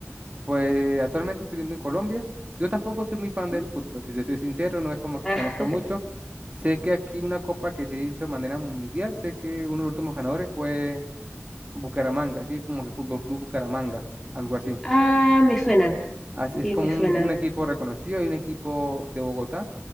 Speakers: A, on the right; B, in the centre.
A: Pues actualmente estoy viviendo en Colombia. Yo tampoco soy muy fan del
B: Mm.
A: fútbol, si te soy sincero, no es como que
B: <laughs>
A: conozca mucho. Sé que aquí una copa que se hizo de manera mundial, sé que uno de los últimos ganadores fue Bucaramanga, así como que Fútbol Club Bucaramanga, algo así.
B: Ah, ah, me suenan,
A: Así es
B: sí,
A: como
B: me suenan.
A: un, un equipo reconocido y un equipo de Bogotá